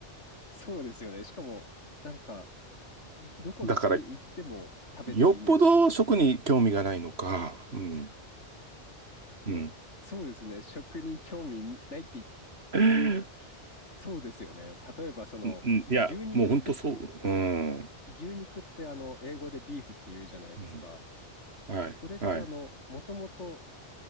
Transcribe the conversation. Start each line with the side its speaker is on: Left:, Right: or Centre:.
Left: そうですよね。しかも、なんか、どこの国行っても食べてるイメージあります。
Right: だから、よっぽど食に興味がないのか。うん。
Left: もうそうですね。
Right: うん。
Left: 食に興味ないって言っ
Right: <laughs>
Left: いうく、そうですよね。例えば、その、
Right: うん、うんいや、
Left: 牛肉ってこ、
Right: もう本当そう。うん。
Left: 牛肉ってあの、英語でビーフって言うじゃないですか。
Right: うん。はい。
Left: それってあの、
Right: はい。
Left: もともと